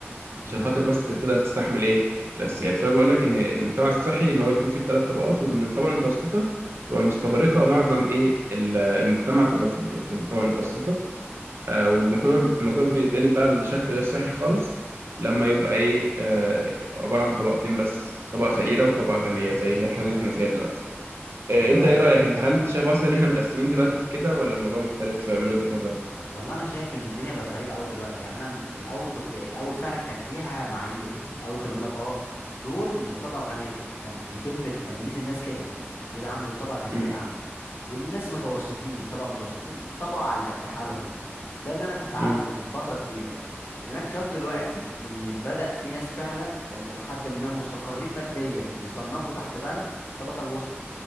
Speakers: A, on the left (about 60°); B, on the right (about 65°).
A: امم
B: عشان خاطر بس تقدر تستحمل إيه الأساسيات فأنا بقول لك إن المجتمع الصحي إن هو يكون فيه الثلاث طبقات وإن الطبقة المتوسطة تبقى مستغرقة معظم إيه ال- المجتمع تبقى في في الطبقة المتوسطة آه، والموضوع الموضوع بيتقلب بقى لشكل غير صحي خالص لما يبقى ايه آه، عبارة عن طبقتين بس طبقة فقيرة وطبقة غنية زي الحالة اللي احنا فيها دلوقتي آه،
A: والله
B: انت ايه رأيك انت هل انت شايف اصلا ان احنا متقسمين دلوقتي كده ولا الموضوع مختلف من وجهة نظرك
A: والله انا شايف ان الدنيا بقت غريبه قوي دلوقتي يعني انا م- الاول كنت الاول فعلا كانت ليها معايير يعني الاول كان يقول لك اه دول من الطبقه الغنيه كان بيتم تمييز الناس كده دول يا عم دول طبقه غنيه
B: امم
A: يا عم دول ناس متوسطين طبقه متوسط دول طبقه على قد حالهم ده اللي انا كنت عارفه
B: امم
A: من فتره كبيره اللي انا اكتشفت دلوقتي ان بدأ في ناس فعلا كانت الى حد ما مستقرين ماديا بيصنفوا تحت بند الطبقه الوسطى